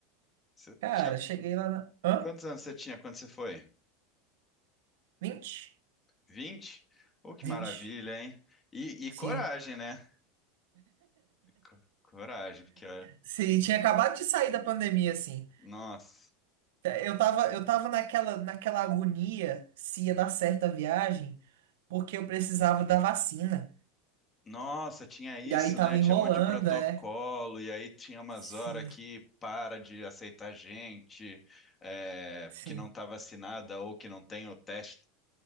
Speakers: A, on the left; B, on the right.
A: Você
B: Cara,
A: tinha
B: cheguei lá na. Hã?
A: quantos anos você tinha quando você foi?
B: vinte,
A: 20? Oh, que
B: 20.
A: maravilha, hein? E, e
B: Sim.
A: coragem, né? Co- Coragem, porque ó,
B: Sim, tinha acabado de sair da pandemia, assim.
A: nossa.
B: Eu tava, eu tava naquela, naquela agonia se ia dar certo a viagem, porque eu precisava da vacina.
A: Nossa, tinha isso,
B: E aí tava
A: né? Tinha
B: enrolando,
A: um monte de protocolo,
B: é.
A: e aí tinha umas
B: Sim,
A: horas que para de aceitar gente é,
B: sim.
A: que não tá vacinada ou que não tem o teste.